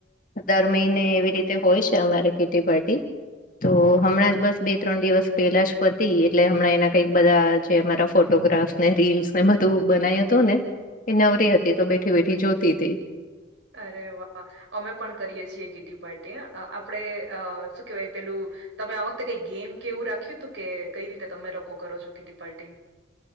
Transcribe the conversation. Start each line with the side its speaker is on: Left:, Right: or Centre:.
Left: દર મહિને એવી રીતે હોય છે અમારે કીટ્ટી પાર્ટી. તો હમણાં જ બસ બે ત્રણ દિવસ પેલા જ પતિ એટલે હમણાં એના કઈક બધા જે અમારા ફોટોગ્રાફસ ને રીલ્સ ને બધું બનાય હતું ને એ નવરી હતી તો બેઠી બેઠી જોતીતી.
Right: અરે વાહ! અમે પણ કરીએ છીએ કેટી પાર્ટી હ આપણેે અ શું કેવાય પેલું તમે આ વખતે કઈ ગેમ કે એવું રાખ્યું હતું કે કઈ રીતે તમે લોકો કરો છો કીટી પાર્ટી.